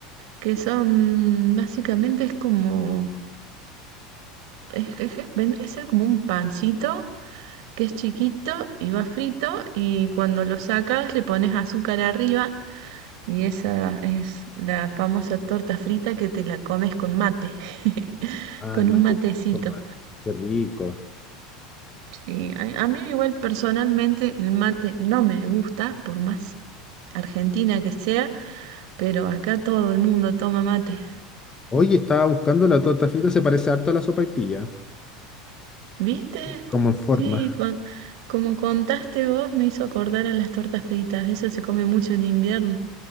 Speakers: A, on the right; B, on the left.
A: que son básicamente es como es que, es que vendría a ser como un pancito que es chiquito y va frito y cuando lo sacas le pones azúcar arriba y esa es la famosa torta frita que te la comes con mate, <laughs>
B: Ah,
A: con
B: el mate
A: un matecito.
B: típico, man. Qué rico.
A: Sí, a, a mí igual personalmente el mate no me gusta, por más argentina que sea, pero acá todo el mundo toma mate.
B: Oye, estaba buscando la torta frita, se parece harto a la sopaipilla,
A: ¿Viste?
B: como en forma.
A: Sí, con- como contaste vos, me hizo acordar a las tortas fritas. Eso se come mucho en invierno.